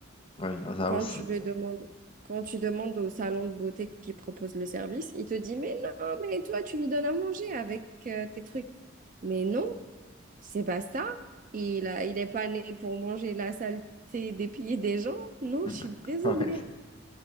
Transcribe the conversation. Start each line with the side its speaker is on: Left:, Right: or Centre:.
Left: oui, ça
Right: quand
Left: aussi.
Right: tu lui demandes, quand tu demandes au salon de beauté qui propose le service, il te dit, mais non, mais toi, tu lui donnes à manger avec euh, tes trucs. Mais non, c'est pas ça. Il a, il est pas né pour manger la saleté des pieds des gens. Non,
Left: <laughs>
Right: je suis désolée.
Left: Ouais.